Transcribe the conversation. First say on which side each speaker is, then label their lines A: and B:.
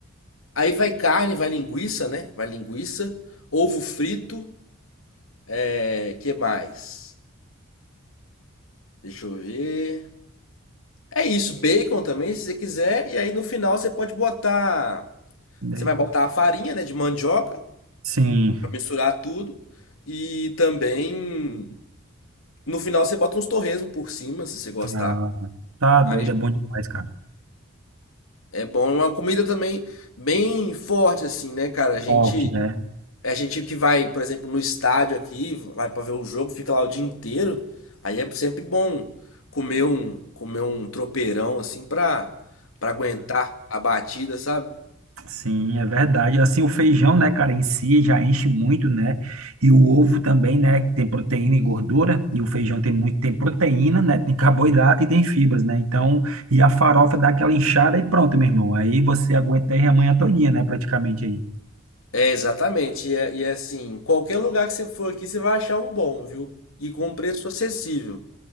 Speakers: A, on the left; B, on the right.
A: Aí vai carne, vai linguiça, né? Vai linguiça. Ovo frito. É, que mais? Deixa eu ver. É isso, bacon também, se você quiser. E aí no final você pode botar
B: Daí-
A: Você vai botar a farinha, né, de mandioca
B: Sim.
A: para misturar tudo e também no final você bota uns torresmo por cima, se você gostar.
B: Ah, tá
A: Aí
B: doido, é bom demais, cara.
A: é bom, É uma comida também bem forte assim, né, cara? A gente
B: Forte, né?
A: a gente que vai, por exemplo, no estádio aqui, vai para ver o jogo, fica lá o dia inteiro. Aí é sempre bom comer um comer um tropeirão assim pra para aguentar a batida, sabe?
B: Sim, é verdade. Assim, o feijão, né, cara, em si já enche muito, né? E o ovo também, né, que tem proteína e gordura, e o feijão tem muito, tem proteína, né, tem carboidrato e tem fibras, né? Então, e a farofa dá aquela inchada e pronto, meu irmão. Aí você aguenta aí a manhã todinha, né, praticamente aí.
A: É, exatamente. E, é- e é assim, qualquer lugar que você for aqui, você vai achar um bom, viu? E com preço acessível,